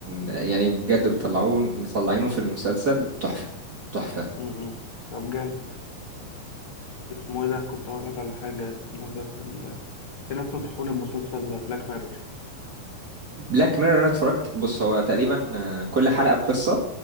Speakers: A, on the right (about 30°); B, on the left (about 40°).
A: يعني بجد بيطلعون مطلعينه في المسلسل تحفة تحفة
B: امم طب جامد اسمه ايه ده كنت هقول لك على حاجة اسمه ايه ده في ال... في ناس نصحوني بمسلسل بلاك ميرور
A: بلاك ميرور انا اتفرجت بص هو تقريبا آه، كل حلقة بقصة